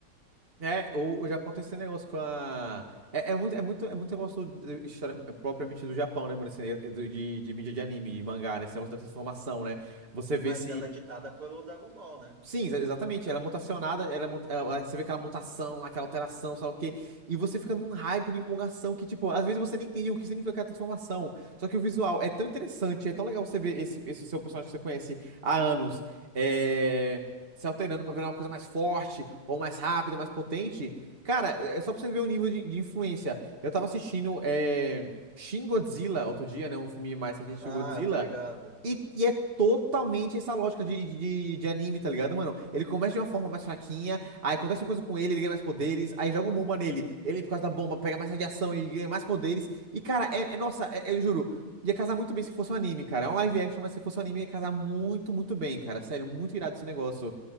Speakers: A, on the right (about 35°); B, on the right (about 80°).
A: É, o, o Japão tem esse negócio com a. É, é muito, é muito, é muito negócio do- história, é, propriamente do Japão, né, mano? Esse- é, é do- de, de mídia de anime, de mangá, né? Esse negócio da transformação, né? Você
B: Mas
A: vê se
B: ela é ditada pelo Dragon Ball, né?
A: Sim, exa- exatamente. Ela é mutacionada, ela, é mu- ela- você vê aquela mutação, lá, aquela alteração, sei lá o quê. E você fica num hype, numa empolgação que, tipo, às vezes você nem entende o que significa aquela transformação. Só que o visual é tão interessante, é tão legal você ver esse, esse seu personagem que você conhece há anos é, se alterando pra virar uma coisa mais forte, ou mais rápida, mais potente. Cara, é é só pra você ver o nível de, de influência. Eu tava assistindo é, Shin Godzilla outro dia, né? Um filme mais recente
B: Ah,
A: de Godzilla.
B: eu tô ligado.
A: E, e é totalmente essa lógica de, de, de anime, tá ligado, mano? Ele começa de uma forma mais fraquinha, aí acontece uma coisa com ele, ele ganha mais poderes, aí joga uma bomba nele, ele, por causa da bomba, pega mais radiação e ganha mais poderes. E, cara, é, é- nossa, é- é, eu juro, ia casar muito bem se fosse um anime, cara. É um live action, mas se fosse um anime, ia casar muito, muito bem, cara. Sério, muito irado esse negócio.